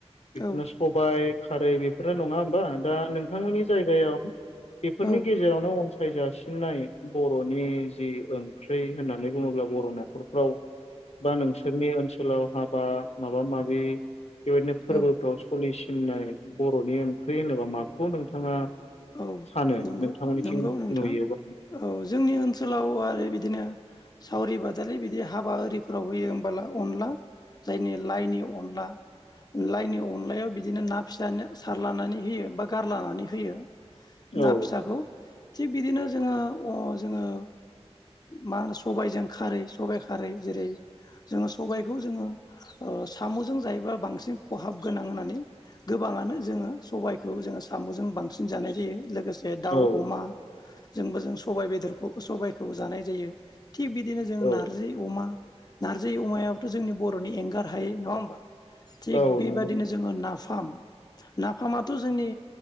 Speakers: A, on the left (about 70°); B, on the left (about 35°).
A: बेफोरनो
B: औ
A: सबाय खारै बेफोरनो नङा होम बा? दा नोंथांमोननि जायगायाव बेफोरनि
B: औ
A: गेजेरावनो फायजासिननाय बर'नि जि ओंख्रि होननानै बुङोब्ला बर' न'खरफ्राव बा नोंसोरनि ओनसोलाव हाबा माबा माबि बेबायदिनो फोरबोफ्राव
B: औ
A: सोलिसिननाय बर'नि ओंख्रि होनोबा माखौ नोंथाङा
B: औ
A: सानो
B: नंगौ
A: नोंथांमोननिथिं
B: नंगौ नोंथां
A: नुयो बाहाय
B: औ जोंनि ओनसोलाव आरो बिदिनो सावरि बादालि बिदि हाबा आरिफोराव होयो होमबला अनला जायनि लाइनि अनला लाइनि अनलायाव बिदिनो ना फि सारलनानै होयो बा गारलानानै होयो। ना
A: औ
B: फिसाखौ थिग बिदिनो जोङो अ जोङो मा होनो सबायाइजों खारै सबायाइ खारै जेरै जोङो सबायखौ जोङो साम'जों जायोबा बांसिन खहाब गोनां होननानै गोबाङानो जोङो सबायखौ जोङो साम'जों बांसिन जानाय जायो लोगोसे दाउ
A: औ
B: अमा जोंबो जों सबायाइ बेदरखौ सबायाइखौ जानाय जायो थिग बिदिनो जों
A: औ
B: नार्जि अमा नारजि अमायाबथ' जोंनि बर'नि एंगार हायो नङा होमबा थिग
A: औ
B: बेबायदिनो
A: नंगौ नोंथां।
B: जोङो ना फाम नाफामाथ' जोंनि